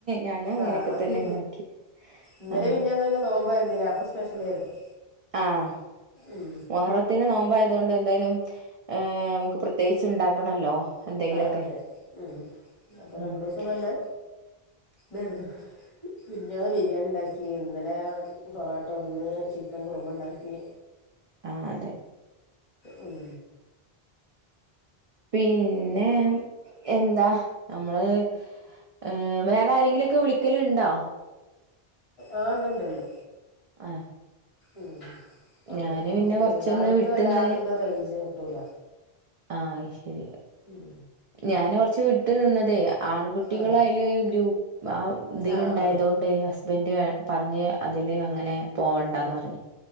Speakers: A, on the right; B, on the left.
A: ഞാനും അങ്ങനെയൊക്കെ
B: ആഹ്
A: തന്നെ ഉണ്ടാക്കി
B: ഇന്നലെ
A: ആ
B: വിഞ്ഞാന്നു നോമ്പായിരുന്നില്ലേ അപ്പൊ സ്പെഷ്യലായിരുന്നു.
A: ആഹ്
B: ഉം
A: മുഹറത്തിന്റെ നോമ്പായതോണ്ട് എന്തായാലും ഏ നമുക്ക് പ്രത്യേകിച്ച് ഉണ്ടാക്കണല്ലോ എന്തെങ്കിലുമൊക്കെ
B: ആ അതെ ഉം അപ്പൊ രണ്ടു
A: ഉം
B: ദിവസം നല്ല
A: <inaudible>
B: വെറുതെ മിനിഞ്ഞാന്ന് ബിരിയാണി ഉണ്ടാക്കി ഇന്നലെ പൊറോട്ട കൊടുന്ന് ഇന്ന് ചിക്കൻ കുറുമ ഉണ്ടാക്കി
A: ആഹ് അതെ
B: ഉം
A: പിന്നെ എന്താ നമ്മള് ഏ ഹ് വേറെ ആരെങ്കിലോക്കെ വിളിക്കല് ഉണ്ടോ
B: ആഹ് ഉണ്ട് ണ്ട്
A: ആഹ്
B: ഉം അങ്ങനെ
A: ഞാന്
B: അങ്ങട്
A: പിന്നെ
B: പുറത്തിറങ്ങിയത
A: കൊറച്ചൊന്ന്
B: അകത്ത്
A: വിട്ട്ന്ന്
B: വല്ലാതെ ഇങ്ങ് റേഞ്ച് കിട്ടൂല
A: ആഹ് ശരി
B: ഉം
A: ഞാൻ കുറച്ച് വിട്ടു നിന്നതേ ആൺകുട്ടികൾ
B: ആഹ്
A: അയ്ല് ഗ്രൂപ്പ് ആ ഇതിൽ
B: ആഹ്
A: ഉണ്ടായത്
B: ആഹ്
A: കൊണ്ട് ഹസ്- ബൻഡ് പറഞ്ഞ് അതില് അങ്ങനെ പോവണ്ടന്ന് പറഞ്ഞു